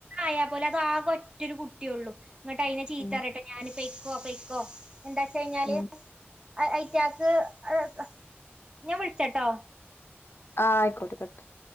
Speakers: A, on the right; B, on the left.
A: ആയാ പോലും അത് ആകെ ഒറ്റൊരു കുട്ടിയൊള്ളൂ ഇങ്ങട്ട് അയ്നെ ചീത്തർന്നിട്ട്
B: ഉം
A: ഞാനിപെയ്ക്കോ പെയ്ക്കോ. എന്താച്ചഴിഞ്ഞാല്
B: ഉം
A: ഐറ്റാക്ക് ങ് ഞാൻ വിളിച്ചട്ടോ
B: ആഹ് ആയിക്കോട്ടെ <unintelligible>